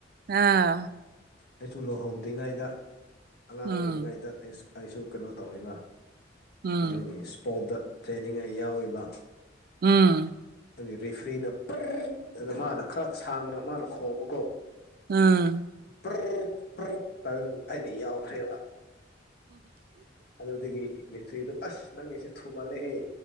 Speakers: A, on the right; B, on the left.
A: ꯑꯥ
B: ꯑꯩꯁꯨ ꯂꯨꯍꯣꯡꯗ꯭ꯔꯤꯉꯩꯗ ꯑꯉꯥꯡ
A: ꯎꯝ
B: ꯑꯣꯏꯔꯤꯉꯩꯗ ꯑꯩꯁꯨ ꯀꯩꯅꯣ ꯇꯧꯕ
A: ꯎꯝ
B: ꯑꯗꯨꯒꯤ ꯏꯁꯄꯣꯔꯠꯇ ꯇ꯭ꯔꯦꯅꯤꯡ ꯌꯥꯎꯔꯤꯕ
A: ꯎꯝ
B: ꯑꯗꯨꯒꯤ ꯔꯦꯐ꯭ꯔꯤꯅ ꯑꯗꯨꯗ ꯃꯥꯅ ꯈꯔ ꯁꯥꯡꯅ ꯃꯥꯅ ꯈꯣꯡꯕꯒꯣ
A: ꯑꯥ
B: ꯦ꯭ꯔꯦ ꯑꯩꯅ ꯌꯥ ꯐ꯭ꯔꯦꯕ ꯑꯗ ꯍꯧꯗꯤꯗꯒꯤ ꯂꯁꯔꯤꯗꯨ ꯑꯁ ꯅꯪꯁꯦ ꯊꯨꯃꯜꯂꯦꯍꯦ